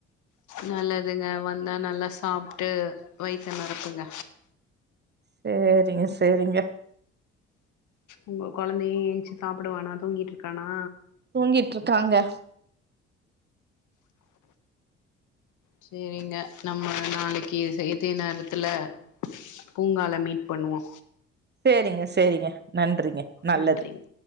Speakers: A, on the left (about 60°); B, on the right (about 30°).
A: நல்லதுங்க வந்தா நல்லா சாப்ட்டு வைத்த நெரப்புங்க
B: சேரிங்க செரிங்க
A: உங்க குழந்தையு ஏஞ்சி சாப்பிடுவானா தூங்கிட்டு இருக்கானா
B: தூங்கிட்ருக்காங்க
A: செரிங்க நம்ம நாளைக்கு செய்த்தி நேரத்துல பூங்கால மீட் பண்ணுவோ
B: சேரிங்கஸ் செரிங்க நன்றிங்க நல்லது
A: நன்றிங்க